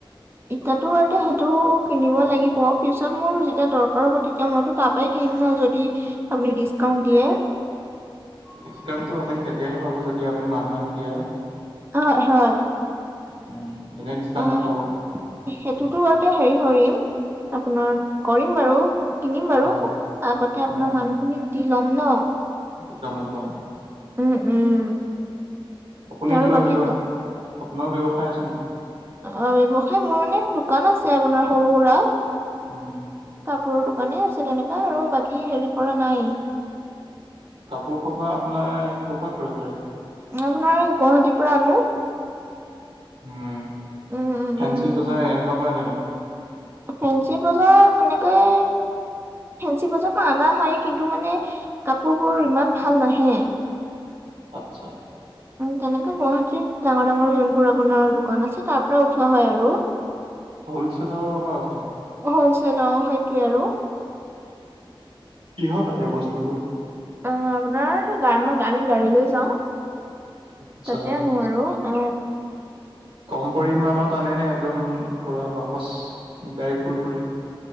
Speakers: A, on the right; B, on the right.
A: ইতাটো বতে সেইটো কিনিব লাগিব পিছত মোৰ যেতিয়া দৰকাৰ হ'ব তেতিয়া মইতো তাপ পাই কিম ন যদি আপুনি ডিছকাউণ্ট দিয়ে।
B: ডিছকাউণ্টটো আপুনি তেতিয়াহে পাব যদি আপুনি মানুহ আনি দিয়ে।
A: হয় হয়।
B: উম! এনেই ডিছকাউণ্ট
A: অ'
B: নাপাব।
A: সেইটোতো বাৰু হেৰি কৰিম, আপোনাৰ কৰিম বাৰু। কিনিম বাৰু,
B: হয়
A: আগতে আপোনাৰ
B: অ',
A: মানুহখিনিক দি ল'ম ন।
B: একদম একদম।
A: উম উম।
B: আপুনি
A: আৰু
B: কিবা
A: বাকী
B: ব্যৱসায়, আপোনাৰ ব্যৱসায় আছে নেকি?
A: অ ব্যৱসায় মোৰ মানে দোকান আছে আপোনাৰ সৰু সুৰা।
B: উম।
A: কাপোৰৰ দোকানে আছে তেনেকা আৰু বাকী হেৰি কৰা নাই।
B: কাপোৰ সপা আপোনাৰ ক' পৰাক ক্ৰয় কৰে?
A: মই আপোনাৰ এই গুৱাহাটীৰ পৰা আনো।
B: উম,
A: উম উম
B: ফেঞ্চি
A: উম
B: বজাই এনেকুৱা কৰা নাই নেকি?
A: ফেঞ্চি বজাৰ এনেকৈ, ফেঞ্চি বজাৰ পৰা অনা হয় কিন্তু মানে- কাপোৰবোৰ ইমান ভাল নাহে।
B: আচ্ছা।
A: তেনেকে গুৱাহাটী ডাঙৰ ডাঙৰ যোনবোৰ আপোনাৰ দোকান আছে তাৰ পৰা উঠোৱা হয় আৰু।
B: হ'লছেলৰ হয় থিক।
A: হলচেল অ সেইটোৱে আৰু।
B: কিহত আনে বস্তুবোৰ?
A: অ আপোনাৰ আমাৰ আমি গাড়ী লৈ যাও,
B: আচ্ছা
A: তাতে আনো আৰু। অ
B: কম পৰিমানত আনেনে একদম পুৰা বাকচ গাড়ী ফুল কৰি?